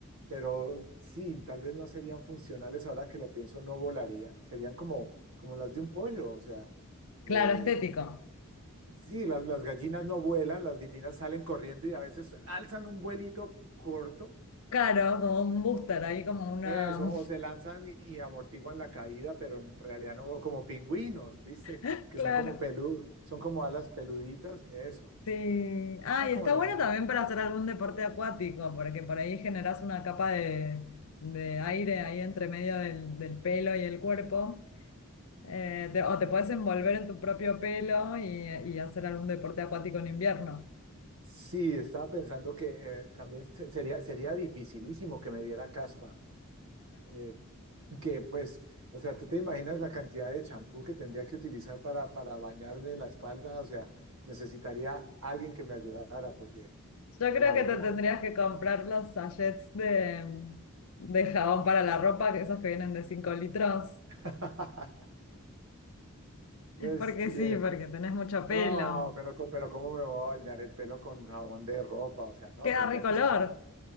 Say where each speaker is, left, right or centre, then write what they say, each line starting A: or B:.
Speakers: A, on the right (about 65°); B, on the left (about 70°).
A: pero sí, tal vez no serían funcionales ahora que lo pienso, no volaría, serían como, como las de un pollo, o sea, eh,
B: Claro, estético.
A: Sí, las, las gallinas no vuelan, las gallinas salen corriendo y a veces alzan un vuelito corto,
B: Claro, como un booster,
A: o,
B: ahí como una...
A: eso, o se lanzan y, y amortiguan la caída, pero en realidad no, o como pingüinos, ¿viste?
B: <laughs>
A: Que
B: Claro.
A: son como peludos, son como alas peluditas, eso.
B: Sí. Ah,
A: Serían como
B: y está
A: las
B: bueno
A: de los-
B: también para hacer algún deporte acuático, porque por ahí generás una capa de, de aire ahí entre medio del, del pelo y el cuerpo. Eh, te- o te puedes envolver en tu propio pelo y, y hacer algún deporte acuático en invierno.
A: Sí, estaba pensando que eh, también se- sería, sería dificilísimo que me diera caspa. eh, que pues, o sea, tú te imaginas la cantidad de champú que tendría que utilizar para, para bañarme en la espalda, o sea, necesitaría alguien que me ayudara, porque,
B: Yo creo
A: claro,
B: que te
A: como,
B: tendrías que comprar los sachets de, de jabón para la ropa, que esos que vienen de 5 litros.
A: <laughs> pues,
B: Porque
A: eh,
B: sí, porque tenés mucho
A: no,
B: pelo.
A: pero, co- pero ¿cómo me voy a bañar el pelo con jabón de ropa? O sea, no,
B: Queda
A: tendría
B: ricolor.
A: que ser,